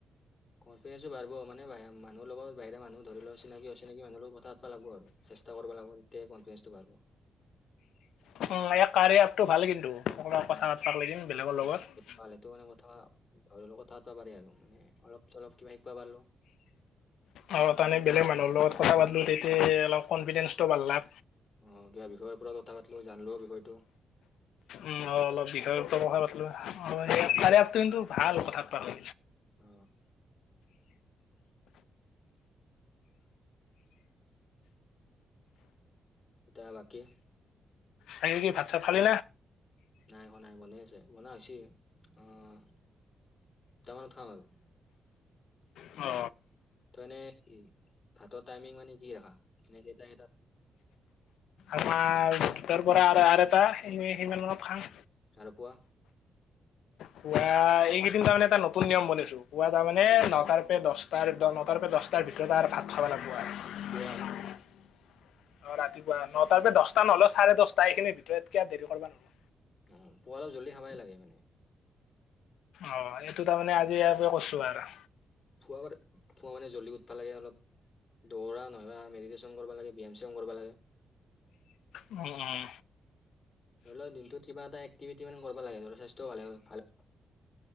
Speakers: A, on the left; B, on the left.
A: কনফিডেঞ্চো বাঢিব মানে মানুহ লগত বাহৰা মানুহ ধৰি লও চিনাকি অচিনি মানহ লগ কথাাতব লাগব আৰু চেষ্টা কৰিব লাগিব তেতিয়া কনফিডেন্সটোঢ়িব
B: উ ইয় কাৰ আগটো ভাল কিন্তু ক কথাাত পাক দিম বেলেগৰ লগত
A: পালেতো মানে কথা ধৰি লক কথা পাতব পাৰাৰে আৰু মানে অলপ চলপ কিবা শিকা পাৰিলো
B: উ অ তানে বেলেগ মানুহৰ লগত কথা পাতিলো তেতিয়া অলপ কনফিডেন্ঞ্চটো ভাল ল
A: অ কিবা বিষয়ৰ ওপৰত কথা পাতিলো জানলোওষয়টো
B: উ অলপ বিষয়ৰ কথা পলো কিন্তু ভাল কথা পাল
A: অ দয়া লকি
B: তাইে কি ভটছআপ খালো
A: নাই এক নাই বনাই আছে বন হৈছে আহ তামানত থাম আৰু
B: অ
A: ত এনে ভাতৰ টাইমিং মানে কি ৰখা এ কেইট এ
B: আমাৰ দুটাৰ পৰা আৰু এটা সিমান মত খাাম
A: চাৰ পোৱা
B: পুৱা এইকেইদিন তাৰমানে এটা নতুন নিয়ম বনিছো পুৱা তাৰমানে
A: কি নে
B: নটাৰ পে দহটা তাৰ নটাৰ পৰা দহটাৰ ভিতৰত আৰু ভাত খাব লাগিব আৰু
A: <inaudible> <inaudible> <inaudible> <inaudible> <inaudible>
B: হয় অ ৰাতিপুৱা নটাৰ পৰা দহটা নহলে চাৰে দহটা এইখিনিৰ ভিতৰতকিয় দেৰি কৰিব নহয়
A: অ পুৱাল অপ জল্দি খাবাই লাগে মানে
B: অ এইটো তাৰমানে আজি ইয়প কৈছো আৰু
A: খুৱ খোৱা মানে জ্বলি উঠব লাগে অলপ দৌৰা নহবা মেডিটেশ্যন কৰিব লাগে বিি এম চি এম কৰিব লাগে
B: উম উম
A: ধৰি লও দিনটোত কিবা এটা এক্টিভিটি মানে কৰিব লাগে ধ স্বাস্থ্যও ভাল ভাল